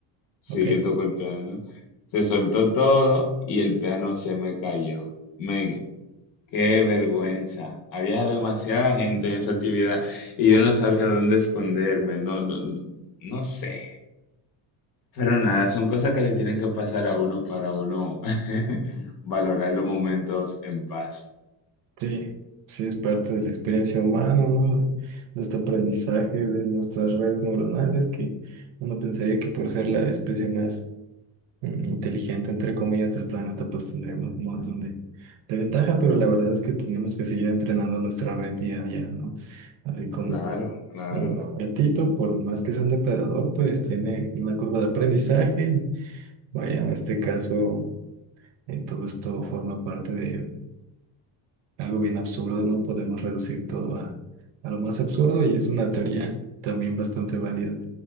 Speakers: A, on the left; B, on the right.
A: Sí,
B: ¿ok?
A: yo toco el piano. Se soltó todo y el piano se me cayó. Men, qué vergüenza. Había demasiada gente en esa actividad y yo no sabía dónde esconderme. No, no, no no sé. Pero nada, son cosas que le tienen que pasar a uno para uno <laughs> valorar los momentos en paz.
B: Sí, sí, es parte de la experiencia humana, ¿no? De este aprendizaje de nuestras redes neuronales, que uno pensaría que por ser la especie más mm, inteligente, entre comillas, del planeta, pues tendríamos un montón de, de ventaja, pero la verdad es que teníamos que seguir entrenando nuestra red día a día, ¿no? Así como
A: Claro, claro.
B: Un gatito, por más que sea un depredador, pues tiene una curva de aprendizaje. Vaya, en este caso, eh, todo esto forma parte de algo bien absurdo, ¿no? Podemos reducir todo a, a lo más absurdo y es una teoría también bastante válida,